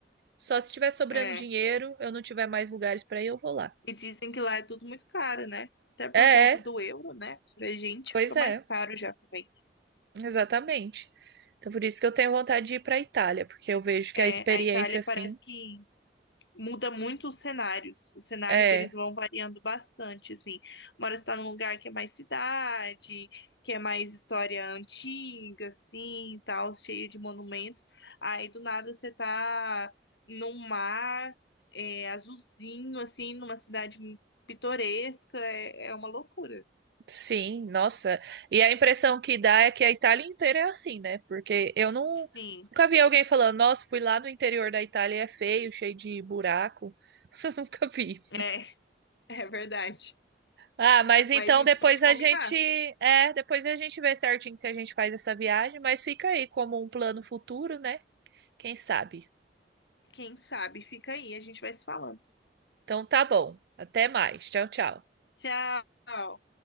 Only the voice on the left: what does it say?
é.
E dizem que lá é tudo muito caro, né? Até por
conta
do euro, né? Pra gente
fica mais
caro já também.
É,
a Itália
parece que muda muito os cenários. Os cenários
eles vão variando bastante, assim. Uma hora você tá num lugar que é mais cidade, que é mais história antiga, assim, e tal, cheia de monumentos. Aí do nada você tá num mar é, azulzinho, assim, numa cidade pitoresca. É, é uma loucura.
Sim,
é, <laughs> é verdade.
Mas a gente
pode
combinar.
Quem sabe? Fica aí, a gente vai se falando.
Tchau!